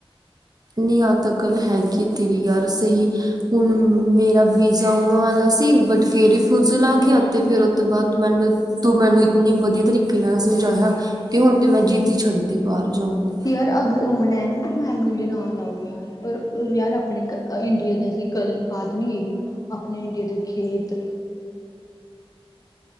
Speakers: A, on the right; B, on the left.
A: ਨੀ ਆ ਤਾਂ ਗੱਲ ਹੈਗੀ ਤੇਰੀ ਯਾਰ ਸਹੀ। ਹੁਣ ਮੇਰਾ ਵੀਜ਼ਾ ਆਉਣ ਵਾਲਾ ਸੀ ਬਟ ਫਿਰ ਬੁਜ ਲਾਂਗੀ ਹੱਥ ਤੇ ਫਿਰ ਉਹ ਤੋਂ ਬਾਅਦ ਮੈਨੂੰ ਤੂੰ ਮੈਨੂੰ ਇਨੇ ਵਧੀਆ ਤਰੀਕੇ ਨਾਲ ਸਮਝਾਇਆ ਕੇ ਹੁਣ ਤੇ ਮੈਂ ਜਿੱਦ ਹੀ ਛੱਡਤੀ ਬਾਰ ਜਾਉਣ ਦੀ।
B: ਯਾਰ ਅਗਰ ਆਉਣਾ ਐ ਨਾ ਤਾਂ ਫੈਮਿਲੀ ਦੇ ਨਾਲ ਆਓ ਯਾਰ। ਪਰ ਯਾਰ ਆਪਣੇ ਇੰਡੀਆ ਦੀ ਅਸੀਂ ਗੱਲਬਾਤ ਨੀ ਹੈਗੀ। ਅਪਣੇ ਇੰਡੀਆ ਦੇ ਖੇਤ